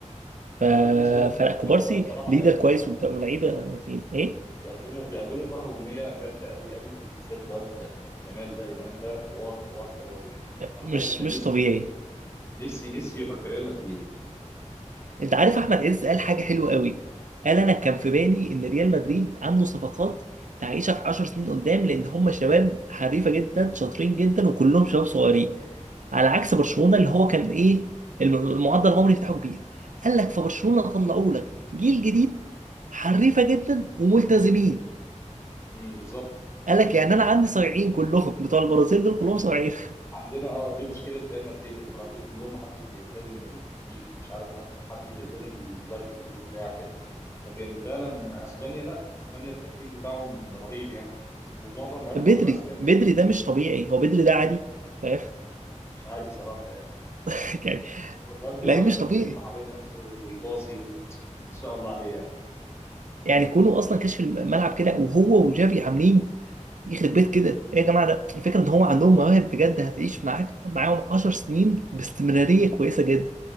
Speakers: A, on the left; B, on the right.
A: بس
B: ف...
A: في نفس الوقت
B: فلا
A: برضه
B: كوبارسي
A: هو بصراحه
B: ليدر
A: بيقدموا
B: كويس وبتاع- ولاعيبه فين ايه
A: بيقدموا بيقدموا كرة هجومية جامدة قوي قوي وبالذات الواد يامال ده يامال ده حوار حوار حوار يعني انا
B: مش
A: بجد كان
B: مش
A: نفسي
B: طبيعي
A: نفسي نفسي يبقى في ريال مدريد
B: انت عارف احمد عز قال حاجه حلوه قوي قال انا كان في بالي ان ريال مدريد عنده صفقات تعيشها في 10 سنين قدام لان هم شباب حريفه جدا شاطرين جدا وكلهم شباب صغيرين على عكس برشلونه
A: أمم،
B: اللي هو كان ايه الم- المعدل العمري بتاعه كبير قال لك في برشلونه طلعوا لك جيل جديد حريفه جدا وملتزمين
A: أمم، بالظبط
B: قال لك يعني
A: احنا
B: انا عندي صايعين كلهم بتوع البرازيل دول كلهم صايعين
A: عندنا اه دي مشكلة ريال مدريد البرازيل كلهم محدش بيلتزم بالتكتيك مش عارف حد- محدش بيلتزم بالمدرب بيقوله بتاع كده لكن فعلا اسبانيا لا اسبانيا التكتيك بتاعهم رهيب يعني ومعظم
B: <laughs>
A: لعيبة
B: بدري
A: برشلونة اسبان
B: بدري ده مش طبيعي هو بدري ده عادي فاهم
A: لا، مش عارف صراحة يعني
B: <laughs> يعني
A: الواد بيقعد
B: لعيب مش
A: يلف
B: طبيعي
A: حوالين نفسه ويباصي و... ان شاء الله عليه يعني
B: يعني كونه اصلا كشف الملعب كده وهو وجافي عاملين يخرب بيت كده ايه يا جماعه ده الفكره ان هو عندهم مواهب بجد هتعيش معاك معاهم 10 سنين باستمراريه كويسه جدا